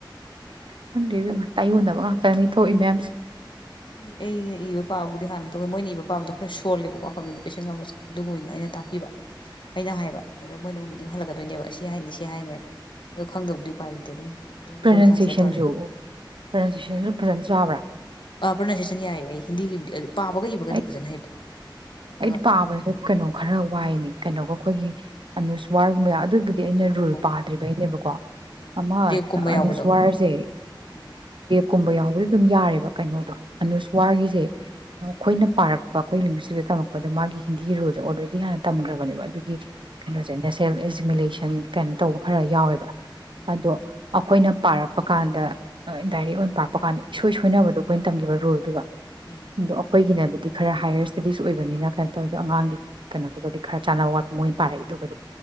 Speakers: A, on the right; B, on the left.
A: ꯈꯪꯗ꯭ꯦꯕꯦꯝꯃ ꯇꯥꯏꯌꯣꯟꯅꯕ ꯉꯥꯛꯇꯅꯤ ꯊꯣꯛꯏ ꯃꯌꯥꯝꯁꯦ
B: ꯑꯦ ꯑꯩꯅ ꯏꯕ ꯄꯥꯕꯕꯨꯗꯤ ꯍꯥꯟꯅ ꯇꯧꯋꯦ ꯃꯣꯏꯅ ꯏꯕ ꯄꯥꯕꯗꯣ ꯈꯔ ꯁꯣꯜꯂꯦꯕꯀ ꯀꯝꯃꯨꯅꯤꯀꯦꯁꯟꯒ ꯑꯗꯨꯒ ꯑꯣꯏꯅ ꯑꯩꯅ ꯇꯥꯛꯄꯤꯕ ꯑꯩꯅ ꯍꯥꯏꯕ ꯑꯗꯣꯣꯏꯅ ꯃꯤꯡ ꯍꯜꯂꯛꯗꯣꯏꯅꯦꯕ ꯁꯤ ꯁꯤ ꯍꯥꯏꯅꯤ ꯁꯤ ꯍꯥꯏꯅꯦꯅ ꯑꯣ ꯈꯪꯗꯕꯗꯤ ꯎꯄꯥꯏ ꯂꯩꯇꯦ ꯑꯗꯨꯝ ꯑꯗꯨꯝ ꯒꯨꯒꯜ
A: ꯄ꯭ꯔꯅꯎꯟꯁꯤꯌꯦꯁꯟꯁꯨ
B: ꯇ꯭ꯔꯥꯟꯁꯂꯦꯠ ꯇꯧꯔꯦ
A: ꯄ꯭ꯔꯅꯎꯟꯁꯤꯌꯦꯁꯟꯁꯨ ꯐꯖꯅ ꯆꯥꯕ꯭ꯔꯥ
B: ꯄ꯭ꯔꯣꯅꯥꯟꯁꯤꯦꯁꯟ ꯌꯥꯌꯦ ꯑꯩ ꯍꯤꯟꯗꯤꯒꯤꯕꯨꯗꯤ ꯑꯗꯨ ꯄꯥꯕꯒ ꯏꯕꯒꯗꯤ
A: ꯑꯩ
B: ꯐꯖꯅ ꯍꯩꯕ ꯑꯗꯨꯒ
A: ꯑꯩꯗꯤ ꯄꯥꯕꯁꯦ ꯀꯩꯅꯣ ꯈꯔ ꯋꯥꯏꯅꯤ ꯀꯩꯅꯣꯒ ꯑꯩꯈꯣꯏꯒꯤ ꯑꯅꯨꯁ ꯋꯥꯔꯒꯨꯝꯕ ꯌꯥ ꯑꯗꯨ ꯑꯩꯅ
B: ꯑꯣ
A: ꯔꯨꯜ ꯄꯥꯗ꯭ꯔꯤꯕꯩꯅꯦꯕꯀꯣ
B: ꯎꯝ
A: ꯑꯃ
B: ꯔꯦꯞꯀꯨꯝꯕ ꯌꯥꯎꯕꯗꯣ
A: ꯑꯅꯨꯁꯋꯥꯔꯁꯦ
B: ꯎꯝ
A: ꯀꯨꯝꯕ ꯌꯥꯎꯕꯗꯤ ꯑꯗꯨꯝ ꯌꯥꯔꯦꯕ ꯀꯩꯅꯣꯗꯣ
B: ꯎꯝ
A: ꯑꯅꯨꯁꯋꯥꯔꯒꯤꯁꯦ
B: ꯎꯝ
A: ꯑꯩꯈꯣꯏꯅ ꯄꯥꯔꯛ ꯄꯈꯣꯏꯂꯤꯤꯡꯡꯁꯤꯒ ꯇꯥꯃꯣ ꯗ ꯃꯥꯒꯤ ꯍꯤꯟꯗꯤꯒꯤ ꯔꯨꯜꯁꯦ ꯑꯣꯜꯔꯦꯗꯤ ꯍꯥꯟꯅ ꯇꯝꯈ꯭ꯔꯕꯅꯦꯕꯅ ꯑꯗꯨꯒꯤ
B: ꯎꯝ
A: ꯀꯩꯅꯣ ꯆ ꯁꯦꯜ ꯑꯦꯁꯤꯃꯤꯨꯂꯦꯁꯟ ꯀꯩꯅꯅꯣ ꯇꯧꯕ ꯈꯔ ꯌꯥꯎꯋꯦꯕ
B: ꯎꯝ
A: ꯑꯗꯣ ꯑꯩꯈꯣꯏꯅ ꯄꯥꯔꯛꯄ ꯀꯥꯟꯗ ꯗꯥꯏꯔꯦꯛ ꯑꯣꯏꯅ ꯄꯥꯔꯛꯄ ꯀꯥꯟꯗ ꯏꯁꯣꯏ ꯁꯣꯏꯅꯕꯗꯣ ꯑꯩꯈꯣꯏꯅ ꯇꯝꯈꯤꯕ ꯔꯨꯜꯗꯨꯒ
B: ꯎꯝ
A: ꯑꯣꯄꯣꯏꯒꯤꯅꯦ ꯍꯥꯏꯕ ꯈꯔ ꯍꯥꯏꯌꯔ ꯁ꯭ꯇꯗꯤꯁ ꯑꯣꯏ ꯑꯣꯏꯕꯅꯤꯅ ꯀꯩꯅꯣ ꯇꯧꯋꯤꯗꯣ ꯑꯉꯥꯡꯒꯤ ꯀꯩꯅꯣꯗꯨꯒꯗꯤ ꯈꯔ ꯆꯥꯟꯅꯕ ꯋꯥꯠꯄ ꯃꯣꯏꯅ ꯄꯥꯔꯛꯏꯗꯨꯒꯗꯤ